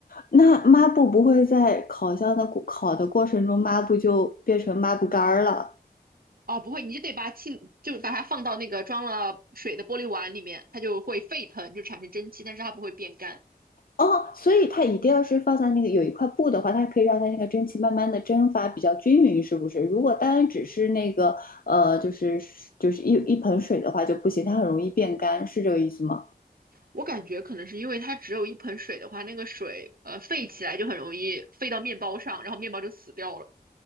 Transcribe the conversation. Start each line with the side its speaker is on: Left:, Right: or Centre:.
Left: 那抹布不会在烤箱的过烤的过程中，抹布就变成抹布干儿了。
Right: 哦，不会，你就得把气，就把它放到那个装了水的玻璃碗里面，它就会沸腾，就产生蒸汽，但是它不会变干。
Left: 哦，所以它一定要是放在那个有一块布的话，它可以让它那个蒸汽慢慢的蒸发比较均匀，是不是？如果单只是那个呃，就是就是一一盆水的话就不行，它很容易变干，是这个意思吗？
Right: 我感觉可能是因为它只有一盆水的话，那个水呃沸起来就很容易沸到面包上，然后面包就死掉了。